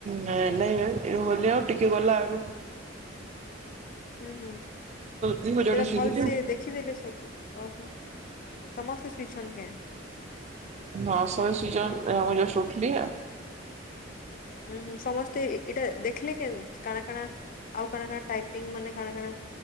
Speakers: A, on the right; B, on the left.
A: ନାଇଁ ନାଇଁ ଏ ବୋଲି ଆଉ ଟିକେ ଗଲା ଆରୁ
B: ହୁଁ ହୁଁ
A: ଦି ହଜାରଟା
B: ସେଟା
A: ଶୋଇଥିଲି
B: ଭଲସ ଦେଖିଦେଲେ ସବୁ ଓହୋ ସମସ୍ତେ ଶୋଇଛଛନ୍ତି କେ
A: <unintelligible> ଆ ମୁଁ ଜଷ୍ଟ ଉଠିଲି ଆ
B: ହୁଁ ହୁଁ ସମସ୍ତେ ଏଇଟା ଦେଖିଲେ କେ କାଣା କାଣା ଆଉ କାଣା କାଣା ଟାଇପିଙ୍ଗ ମାନେ କାଣା କାଣା